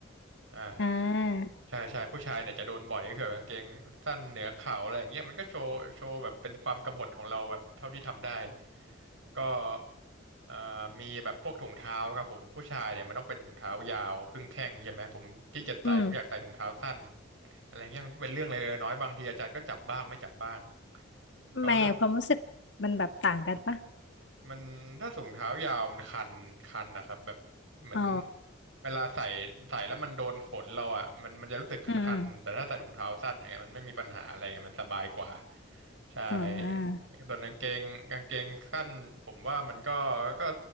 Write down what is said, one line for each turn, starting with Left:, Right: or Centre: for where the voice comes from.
Right: อ่า
Left: อ่า
Right: ใช่ใช่ผู้ชายเนี่ยจะโดนบ่อยก็คือแบบกางเกงสั้นเหนือเข่าอะไรอย่างเงี้ยมันก็โชว์โชว์แบบเป็นความกบฏของเราแบบเท่าที่ทำได้แล้วก็เอ่อมีแบบพวกถุงเท้าครับผมผู้ชายเนี่ยมันต้องเป็นถุงเท้ายาวครึ่งแข้งใช่ไหมผมขี้เกียจใส่ผมอยากใส่ถุงเท้าสั้น
Left: อืม
Right: อะไรเงี้ยมันก็เป็นเรื่องเล็กๆน้อยๆบางทีอาจารย์ก็จับบ้างไม่จับบ้างแล้วก็เรื่อง
Left: แหม่ความรู้สึกมันแบบต่างกันปะ
Right: มันถ้าสูงเท้ายาวมันคันคันนะครับแบบอืเหมมืมอน
Left: อ๋อ
Right: เวลาใส่ใส่แล้วมันโดนขนเราอ่ะมันมันจะรู้สึกคันๆแต่ถ้าใส่ถุงเท้าสั้นอย่างเงี้ยมันไม่มีปัญหาอะไรมันสบายกว่า
Left: อืม
Right: ใช่
Left: อมอ๋อ
Right: ส่วนกางเกงกางเกงสั้นผมว่ามันก็ก็